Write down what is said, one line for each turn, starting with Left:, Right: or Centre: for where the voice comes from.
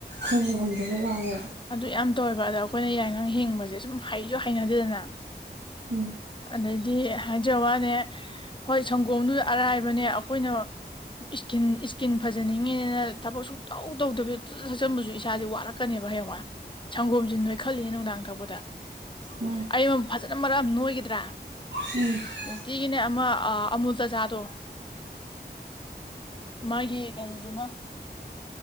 Right: ꯑꯩꯣꯏꯅ ꯉꯝꯗꯕꯩ ꯋꯥꯅꯦꯕ
Left: ꯑꯗꯨ ꯌꯥꯝ ꯇꯧꯋꯦꯕ ꯑꯗ ꯑꯩꯈꯣꯏꯅ ꯌꯥꯏꯉꯪ ꯍꯤꯡꯕꯁꯦ ꯁꯨꯝ ꯍꯩꯁꯨ ꯍꯩꯅꯗꯦꯗꯅ
Right: ꯎꯝ
Left: ꯑꯗꯩꯗꯤ ꯍꯥꯏꯖ ꯋꯥꯅꯦ ꯍꯣꯏ ꯁꯪꯒꯣꯝꯗꯨꯗ ꯑꯔꯥꯏꯕꯅꯦ ꯑꯩꯈꯣꯏꯅ ꯏꯁꯀꯤꯟ ꯏꯁꯀꯤꯟ ꯐꯖꯅꯤꯡꯉꯤꯅꯤꯅ ꯊꯕꯛ ꯁꯨꯡꯇꯧ ꯇꯧꯗꯕꯤ ꯐꯖ ꯊꯛꯆꯟꯕꯁꯨ ꯏꯁꯥꯁꯦ ꯋꯥꯔꯛꯀꯅꯦꯕ ꯍꯌꯦꯡ ꯁꯪꯒꯣꯝꯁꯤ ꯅꯣꯏ ꯈꯜꯂꯤꯅꯦ ꯅꯨꯡꯗꯥꯡ ꯊꯛꯄꯗ
Right: ꯃꯥꯅꯦ
Left: ꯑꯩ ꯑꯃ ꯐꯖꯅ ꯃꯔꯛ ꯅꯣꯏꯈꯤꯗ꯭ꯔꯥ
Right: <unintelligible>
Left: ꯅꯨꯡꯇꯤꯒꯤꯅꯦ ꯑꯃ ꯑꯃꯨꯜ ꯇꯖꯥꯗꯣ ꯃꯥꯒꯤ ꯀꯩꯅꯣꯗꯨꯃ